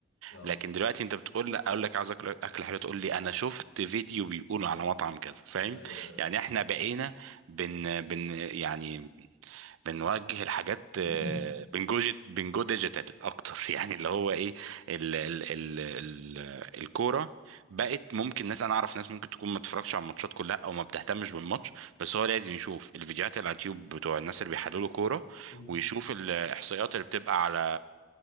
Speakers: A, on the left (about 65°); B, on the right (about 70°).
A: اه
B: لكن دلوقتي انت بتقول لا اقول لك عاوز اكل اكله حلوه تقول لي انا شفت فيديو بيقول على مطعم كذا فاهم
A: ايوه ايوه
B: يعني احنا بقينا بن بن يعني بنوجه الحاجات
A: <clears throat>
B: آه، بنجو جي- بنجو ديجيتال اكتر <laughs> يعني اللي هو ايه ال ال ال ال الكوره بقت ممكن ناس انا اعرف ناس ممكن تكون ما بتتفرجش على الماتشات كلها او ما بتهتمش بالماتش بس هو لازم يشوف الفيديوهات اللي على اليوتيوب بتوع الناس اللي بيحللوا كوره
A: مم.
B: ويشوف الاحصائيات اللي بتبقى على